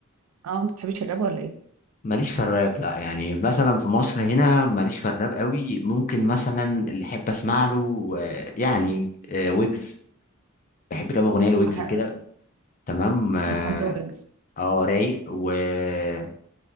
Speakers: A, on the right (about 75°); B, on the left (about 35°).
A: اه ما بتحبش الراب ولا ايه
B: ماليش في الراب لا يعني مثلا في مصر هنا ماليش في الراب قوي ممكن مثلا اللي أحب أسمع له آه، يعني آه، ويجز بحب كام أغنية لويجز
A: بح-
B: كده تمام اه
A: بحب ويجز
B: آه، رايق ومين